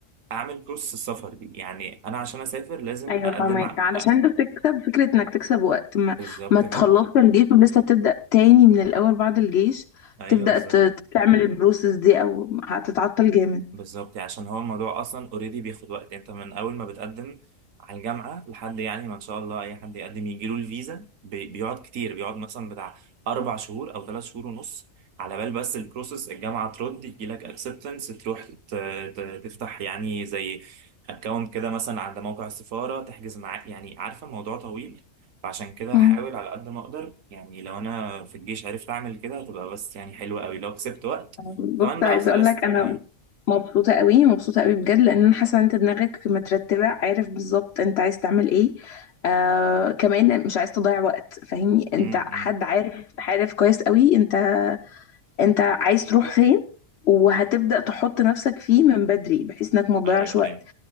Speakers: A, on the right; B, on the left.
A: اعمل بروسس السفر دي يعني انا عشان اسافر لازم
B: أيوة
A: اقدم
B: فاهمك
A: ع...
B: علشان ده بتكسب فكرة إنك تكسب وقت ما
A: بالظبط
B: ما تخلصش
A: كده
B: الجيش ولسه بتبدأ تاني من الأول بعد الجيش
A: ايوه
B: تبدأ
A: بالظبط
B: ت- تعمل البروسيس دي أو هتتعطل جامد
A: بالظبط يعني عشان هو الموضوع اصلا اوريدي بياخد وقت انت من اول ما بتقدم على الجامعه لحد يعني ما ان شاء الله اي حد يقدم يجيله الفيزا بي- بيقعد كتير بيقعد مثلا بتاع اربع شهور او ثلاث شهور ونص على بال بس البروسيس الجامعه ترد يجي لك اكسبتنس تروح ت- ت- تفتح يعني زي اكونت كده مثلا عند موقع السفاره تحجز معاه يعني عارفه الموضوع طويل فعشان كده
B: مم.
A: هحاول على قد ما اقدر يعني لو انا في الجيش عرفت اعمل كده هتبقى بس يعني حلوه قوي لو كسبت وقت
B: بص
A: كمان بقى
B: عايزه
A: خلصت
B: اقول لك
A: أيوه.
B: انا مبسوطه قوي مبسوطه قوي بجد لان انا حاسه ان انت دماغك مترتبه عارف بالظبط انت عايز تعمل ايه آه كمان مش عايز تضيع وقت فاهمني انت
A: امم
B: حد عارف عارف كويس قوي انت انت عايز تروح فين وهتبدا تحط نفسك فيه من بدري بحيث انك ما تضيعش
A: ايوه
B: وقت
A: ايوه